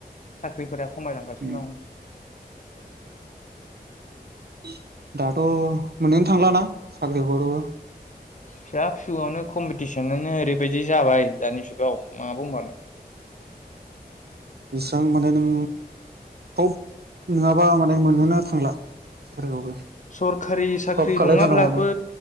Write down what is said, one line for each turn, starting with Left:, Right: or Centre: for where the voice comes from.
Left: साख्रि फोरा खमायलांगासिनो
Right: उम
Left: दं
Right: बि <inaudible> दाथ' मोनाय <inaudible> थांलाना साख्रिखौबो
Left: फिसा फिसौनो कम्पिटिसनानो ओरैबायदि जाबाय दानि जुगाव मा बुंबावनो
Right: बेसेबां माने नों थब नङाबा माने मोननोनो थांला साख्रिखौबो
Left: सरखारि साख्रि
Right: जब खालायथारनांगौ
Left: नङाब्लाबो
Right: माने